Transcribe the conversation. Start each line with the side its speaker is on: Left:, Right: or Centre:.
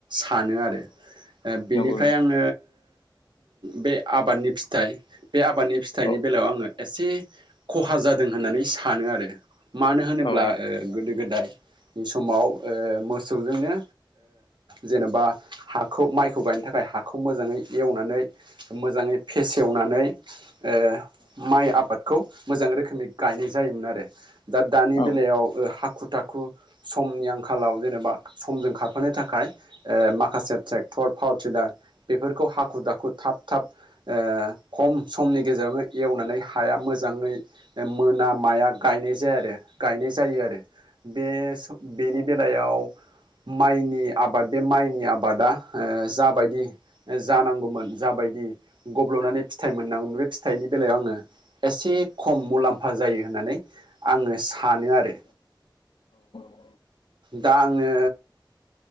Right: सानो आरो बेनिफ्राय
Left: नंगौ नंगौ
Right: आङो बे आबादनि फिथाइ बे आबादनि फिथाइनि
Left: औ औ
Right: बेलायाव आङो एसे खहा जादों होननानै सानो आरो मानो होनोब्ला
Left: औ औ
Right: गोदो गोदा यनि समाव मोसौजोंनो जेनेबा हाखौ माइखौ गायनो थाखाय हाखौ मोजाङै एवनानै मोजाङै फेसेवनानै ओ माइ आबाद। खौ मोजां रोखोमै गायनाय जायोमोन आरो दा दानि
Left: औ
Right: बेलायाव हाखु समनि आंखालाव जेनेबा समजों खारफानो थाखाय। ओ माखासे ट्रेक्टर पावार टिलार बेफोरखौ हाखु दाखु, थाब थाब ओ खम समनि गेजेरावनो एवनानै हाया मोजाङै मोना माया गायनाय जाया आरो गायनाय जायो आरो। बे बेनि बेलायाव माइनि आबाद बे माइनि आबादा जाबायदि जानांगौमोन जाबायदि गब्ल नानै फथाइ मोननांगौ बे फिथाइनि बेलायाव आङो एसे खम मुलाम्फा जायो होननानै आङो सानो आरो
Left: औ औ
Right: दा आङो